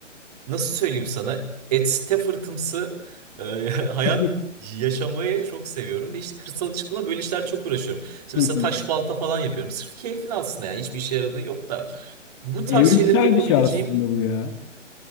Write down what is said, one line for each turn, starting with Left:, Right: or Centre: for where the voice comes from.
Right: Nasıl söyleyeyim sana? Etste fırtımsı e, <laughs> hayat
Left: <laughs>
Right: yaşamayı çok seviyorum. Ve işte kırsala çıktığımda böyle işlerle çok uğraşıyorum. İşte
Left: Hı
Right: mesela
Left: hı.
Right: taş balta falan yapıyorum. Sırf keyfin aslında yani. Hiçbir işe yaradığı yok da. Bu tarz
Left: Evrimsel
Right: şeyleri de yapabileceğim.
Left: bir şey aslında bu ya.